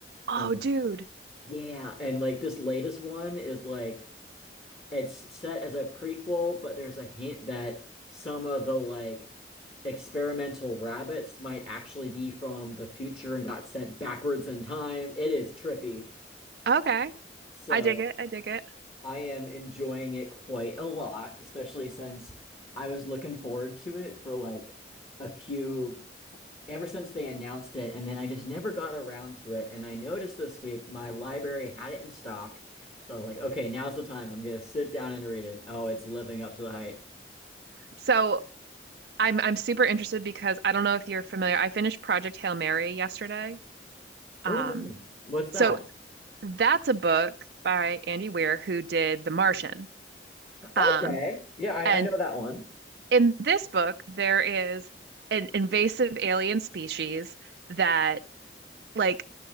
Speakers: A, on the right; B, on the left.
A: Oh,
B: Um
A: dude.
B: yeah, and like this latest one is like it's set as a prequel, but there's a hint that some of the like experimental rabbits might actually be from the future and got sent backwards in time. It is trippy.
A: Okay.
B: So
A: I dig it. I dig it.
B: I am enjoying it quite a lot, especially since I was looking forward to it for like a few ever since they announced it, and then I just never got around to it. And I noticed this week my library had it in stock. So I was like, okay, now's the time. I'm gonna sit down and read it. Oh, it's living up to the hype.
A: So, I'm I'm super interested because I don't know if you're familiar. I finished Project Hail Mary yesterday. Um,
B: Oh no. What's
A: so
B: that?
A: that's a book by Andy Weir who did The Martian.
B: Okay.
A: Um,
B: Yeah, I,
A: and
B: I know that one.
A: in this book, there is an invasive alien species that like